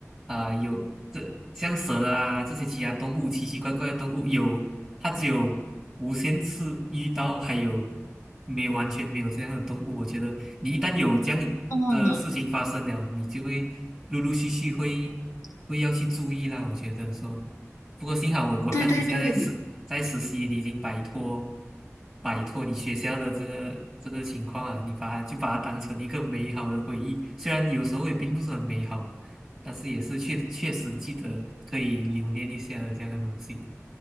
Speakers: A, in the centre; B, on the left.
A: 啊、有这像蛇啊这些其他动物，奇奇怪怪的动物有，它只有无限次遇到，还有没有完全没有这样的动物。我觉得你一旦有这样的的事情发生了，
B: 嗯，
A: 你就会陆陆续续会会要去注意啦。我觉得说，不过幸好我我看你现在是在实习你已经摆脱
B: 对对对
A: 摆脱你学校的这个这个情况啊，你把它就把它当成一个美好的回忆，虽然有时候也并不是很美好，但是也是确确实记得可以留念一下的这样的东西。